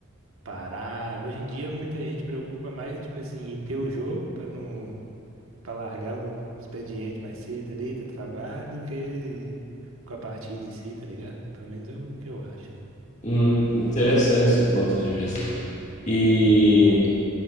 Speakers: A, on the right (about 75°); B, on the left (about 35°).
A: Parar. Hoje em dia muita gente preocupa mais, em, tipo assim, em ter o jogo pra não para largar o expediente mais cedo ali do trabalho do que com a partida em si, tá ligado? Pelo menos é o que eu acho, né?
B: Hum, interessante esse ponto de vista. E,